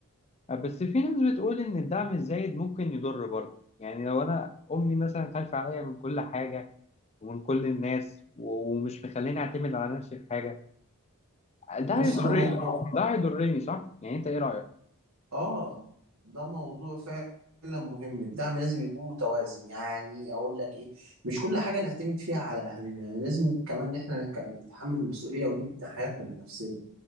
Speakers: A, on the left (about 30°); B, on the right (about 70°).
A: آه، بس في ناس بتقول إن الدعم الزايد ممكن يضر برضه يعني لو أنا أمي مثلا خايفة عليا من كل حاجة ومن كل الناس و- ومش مخليني اعتمد على نفسي في حاجه ده
B: بص
A: هيضرني
B: ده موضوع
A: ده هيضرني صح يعني انت ايه رايك
B: اه ده موضوع فعلا مهم الدعم لازم يكون متوازن يعني اقول لك ايه مش كل حاجه نعتمد فيها على اهلنا يعني لازم كمان ان احنا نك- نتحمل المسؤوليه ونبني حياتنا بنفسنا